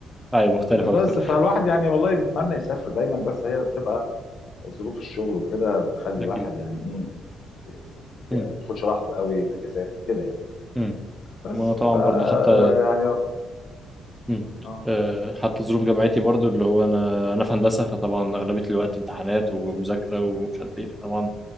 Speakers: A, in the centre; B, on the left.
A: ايوه مختلف
B: بس
A: اكتر
B: فالواحد يعني والله بيتمنى يسافر دايما بس هي بتبقى ظروف الشغل وكده بتخلي
A: اكيد
B: الواحد يعني ايه ما بياخدش
A: مم.
B: راحته قوي الاجازات كده يعني
A: مم.
B: بس
A: ما هو طبعا
B: ف
A: برضه حتى
B: يعني رب
A: مم.
B: اه
A: آه، حتى ظروف جامعتي برضو اللي هو انا انا في هندسه فطبعا اغلبيه الوقت امتحانات ومذاكره ومش عارف ايه فطبعا